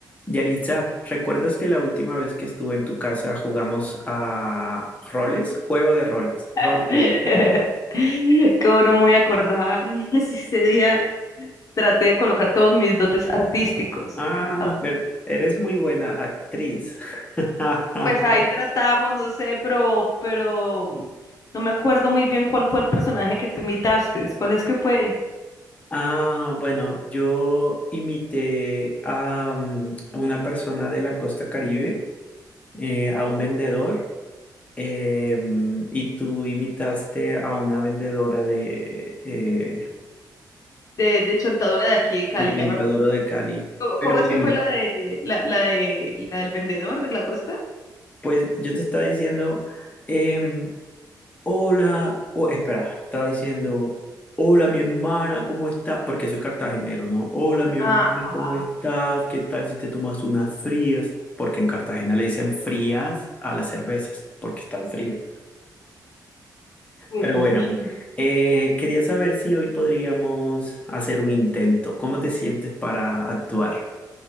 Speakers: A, on the left; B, on the left.
A: Yaritza, ¿recuerdas que la última vez que estuve en tu casa jugamos a roles? Juego de roles, roleplay.
B: <laughs> ¿Cómo no me voy a acordar? <laughs> Si ese día traté de colocar todos mis dotes artísticos.
A: Ah,
B: Ah,
A: pero eres muy buena actriz. <laughs>
B: Pues ahí tratamos, no sé, pero, pero no me acuerdo muy bien cuál fue el personaje que tú imitaste. ¿Cuál es que fue?
A: Ah, bueno, yo imité a, mm, a una persona de la costa Caribe, eh, a un vendedor, eh, mm, y tú imitaste a una vendedora de, eh,
B: De, de Chontadura de aquí de Cali,
A: de Cuenca
B: ya me acordé.
A: Duro de Cali.
B: ¿Cómo,
A: Pero
B: cómo es
A: bueno.
B: que fue la de la, la de la del vendedor de la costa?
A: Pues yo te estaba diciendo, em, hola, o espera, estaba diciendo, hola mi hermana, ¿cómo estás? Porque soy cartagenero, ¿no? Hola mi hermano,
B: Ah, ajá.
A: ¿cómo estás? ¿Qué tal si te tomas unas frías? Porque en Cartagena le dicen frías a las cervezas, porque están frías.
B: Pues
A: Pero
B: sí.
A: bueno, eh, quería saber si hoy podríamos hacer un intento. ¿Cómo te sientes para actuar?